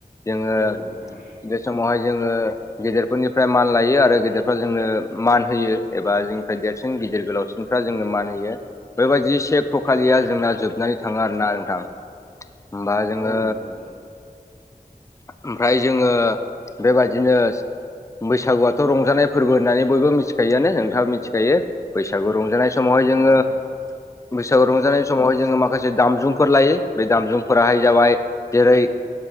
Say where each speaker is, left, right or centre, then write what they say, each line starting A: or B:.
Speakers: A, on the left; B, on the left.
A: जोङो
B: ओ नोंथां
A: बे समावहाय जोङो गेदेरफोरनिफ्राय मान लायो आरो गेदेरफ्रा जोंनो मान होयो एबा जोंनिफ्राय देरसिन गिदिर गोलावसिन <unintelligible> जोंनो मान होयो बेबायदि सेक थ'खालिया
B: औ
A: जोंना जोबनानै थाङो आरोना नोंथां ओमबा जोङो
B: औ नोंथां
A: ओमफ्राय जोङो बेबायदिनो बैसागुआथ' रंजानाय फोरबो होननानै बयबो मिथि खायोआनो नोंथांआबो मिथिखायो बैसागु रंजानाय समावहाय
B: औ
A: जोङो
B: नोंथां
A: बैसागु रंजानाय समावहाय जोङो माखासे दामजुंफोर लायो बे दामजुंफोराहाय जाबाय जेरै